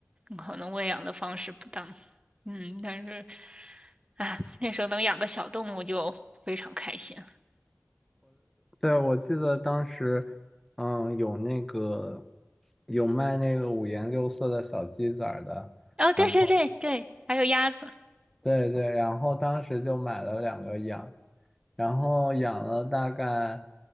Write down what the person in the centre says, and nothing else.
对，我记得当时，嗯，有那个有卖那个五颜六色的小鸡仔儿的，
然后
对对，然后当时就买了两个养，然后养了大概